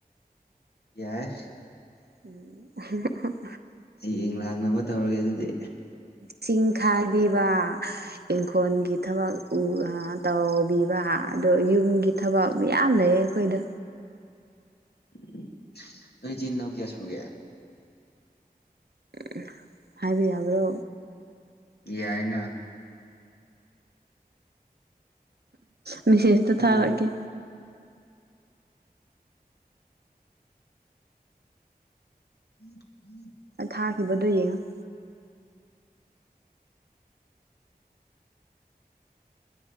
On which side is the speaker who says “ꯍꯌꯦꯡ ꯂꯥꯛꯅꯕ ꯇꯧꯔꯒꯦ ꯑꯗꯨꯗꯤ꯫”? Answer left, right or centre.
Left